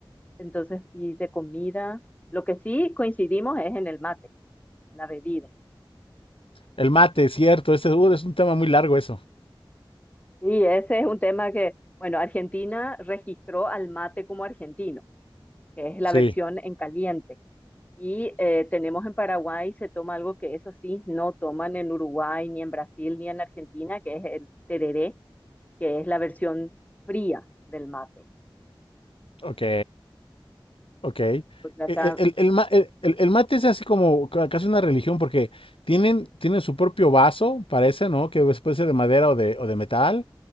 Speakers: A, on the left; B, on the left.
A: entonces, y de comida, lo que sí coincidimos es en el mate, la bebida.
B: El mate, cierto, ese uh, es un tema muy largo eso.
A: Y ese es un tema que, bueno, Argentina registró al mate como argentino, que es la
B: Sí,
A: versión en caliente. Y eh, tenemos en Paraguay, se toma algo que eso sí, no toman en Uruguay, ni en Brasil, ni en Argentina, que es el tereré, que es la versión fría del mate.
B: ok, ok. E-
A: Porque acá,
B: e- El, el ma- el- el- el mate es así como ca- casi una religión porque tienen, tienen su propio vaso, parece, ¿no? Que es- puede ser de madera o de, o de metal.